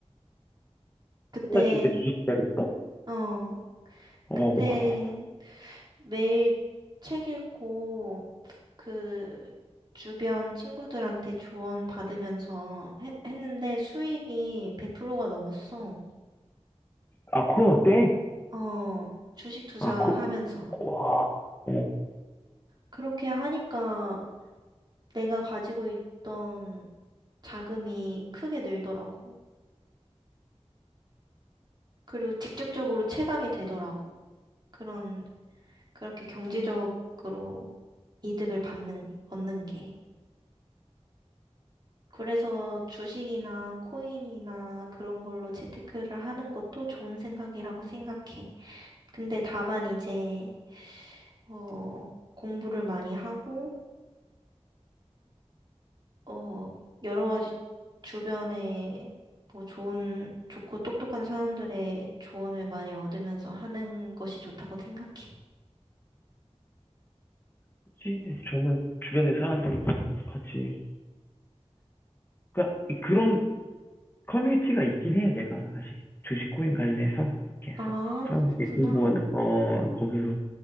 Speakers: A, on the right; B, on the left.
A: 그때,
B: 코로나 시대 때 주식 해야겠어?
A: 어,
B: 어,
A: 그때 매일 책 읽고 그 주변 친구들한테 조언 받으면서 해- 했는데 수익이 100%가 넘었어.
B: 아, 코로나 때?
A: 어, 주식 투자하면서.
B: 아, 코, 와, 어,
A: 그렇게 하니까 내가 가지고 있던 자금이 크게 늘더라고. 그리고 직접적으로 체감이 되더라고. 그런, 그렇게 경제적으로 이득을 받는, 얻는 게. 그래서 주식이나 코인이나 그런 걸로 재테크를 하는 것도 좋은 생각이라고 생각해. 근데 다만 이제, 어, 공부를 많이 하고, 어, 여러 가지 주변에 뭐 좋은, 좋고 똑똑한 사람들의 조언을 많이 얻으면서 하는 것이 좋다고 생각해.
B: 그치. 저는 주변의 사람들과 같이, 그니까, 그런 커뮤니티가 있긴 해, 내가, 사실. 주식 코인 관련해서, 이렇게 해서.
A: 아,
B: 사람들이
A: 그렇구나.
B: 공부하는, 어, 거기서